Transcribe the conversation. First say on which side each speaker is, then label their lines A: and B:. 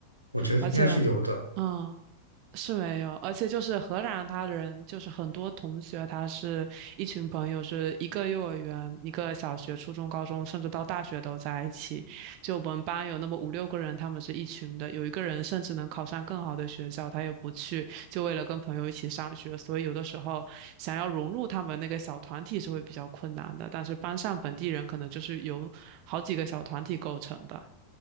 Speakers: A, on the right (about 90°); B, on the right (about 40°).
A: 我觉得应该是有的。
B: 而且嗯是没有，而且就是荷兰，他人就是很多同学，他是一群朋友，是一个幼儿园、一个小学、初中、高中，甚至到大学都在一起。就我们班有那么五六个人，他们是一群的，有一个人甚至能考上更好的学校，他也不去，就为了跟朋友一起上学。所以有的时候想要融入他们那个小团体是会比较困难的，但是班上本地人可能就是由好几个小团体构成的。